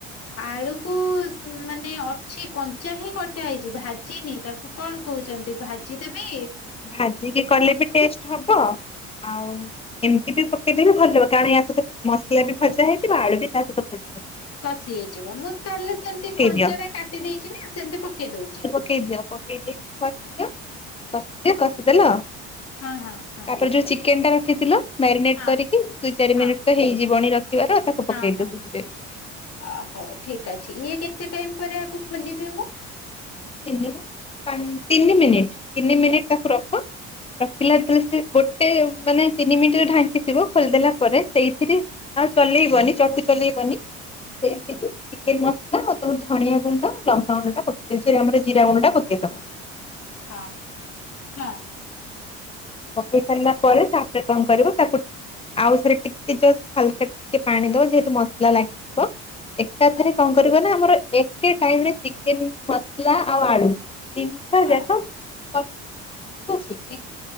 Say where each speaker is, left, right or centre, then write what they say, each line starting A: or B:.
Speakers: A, on the left; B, on the left.
A: ଆଳୁକୁ ମାନେ ଅଛି କଞ୍ଚା ହିଁ କଟା ହେଇଛି ଭାଜିନି ତାକୁ। ମୁ କଣ କହୁଛନ୍ତି ଭାଜି ଦେବି?
B: ଭାଜିକି କଲେ ବି ଟେଷ୍ଟ୍ ହବ ଆଉ ଏମିତି ବି ପକେଇଦେ ବି ଭଲ ହବ କାରଣ ୟା ସହିତ ମସଲା ବି ଭଜା ହେଇଥିବ ଆଳୁ ବି ତା ସହିତ ଭଜା ହେଇଯିବ।
A: କଷି ହେଇଯିବ, ମୁଁ ତାହେଲେ ସେମିତି କଞ୍ଚାଟା
B: ଦିଅ।
A: କାଟି ଦେଇେଇଛି ନା ସେମତି ପକେଇଦଉଛି?
B: ପଠେଇଦିଅ ପକେଇଦେଇକି କଷିଦିଅ। କଷିଦିଅ, କଷିଦେଲ?
A: ହଁ, ହଁ, ହଁ।
B: ତାପରେ ଯୋଉ ଚିକେନ୍ ଟା ରଖିଥିଲ ମ୍ୟାରିନେଟ୍
A: ହଁ
B: କରିକି ଦୁଇ ଚାରି
A: ହଁ
B: ମିନିଟ୍ ତ ହେଇଯିବଣି ରଖିବାର ତାକୁ ପକେଇ
A: ହଁ ହଁ।
B: ଦିଅ ସେଇଥିରେ।
A: ଆ ହଉ ଠିକ୍ ଅଛି ଇଏ କେତେ ଟାଇମ୍ ପରେ ଆକୁ ଖୋଲିବି ମୁଁ?
B: ତିନିପା ପାଁନ୍ ତିନି ମିନିଟ୍, ତିନି ମିନିଟ୍ ତାକୁ ରଖ ରଖିଲା ଯେତେବେଳେ ସେ ଗୋଟେ ମାନେ ତିନି ମିଣ୍ଟିରେ ଢାଙ୍କିଥିବ ଖୋଲିଦେଲା ପରେ ସେଇଥିରେ ଆଉ ଚଲେଇବନି ଚଟୁ ଚଲେଇବନି। ସେଇ ଟିକେ ଚିକେନ୍ ମସଲା ଆଉ ତମ ଧଣିଆ ଗୁଣ୍ଡ, ଲଙ୍କାଗୁଣ୍ଡଟା ପକେଇ ଫିର୍ ଆମର ଜିରାଗୁଣ୍ଡଟା ପକେଇ ଦବ।
A: ହଁ, ହଁ।
B: ପକେଇ ସାରିଲା ପରେ ତାପରେ କଣ କରିବ ତାକୁ ଆଉ ଥରେ ଟିକେ ଜଷ୍ଟ୍ ହାଲକା ଟିକେ ପାଣି ଦବ ଯେହେତୁ ମସଲା ଲାଗିଯିବ। ଏକାଥରେ
A: ଆଜ୍ଞା,
B: କଣ କରିବ ନା ଆମର ଏତେ ଟାଇମ୍ ରେ ଚିକେନ୍ ମସଲା ଆଉ ଆଳୁ। ତିନିଟା
A: ହଁ
B: ଯାକ ପ ଠିକ୍ ଅଛି?
A: ଏକ୍